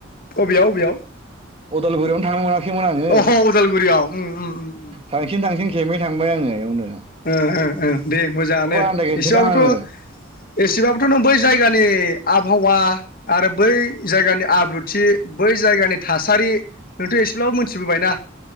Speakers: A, on the left (about 45°); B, on the right (about 30°).
A: अबेयाव अबेयाव
B: उदालगुरियावनो थांनो मोनाखैमोन आङो,
A: अह उदालगुरियाव उम उम उम उम
B: थांसिन थांसिन खेबनै थांबाय आङो बेवनो
A: ओ ओ ओ दे मोजाङानो
B: आन्दायगोनसोदां
A: एसेबाबोथ'
B: आङो
A: एसेबाबोथ' नों बै जायगानि आबहावा आरो बै जायगानि आब्रुथि बै जायगानि थासारि नोंथ' एसेब्लाबो मोनथिबोबायना।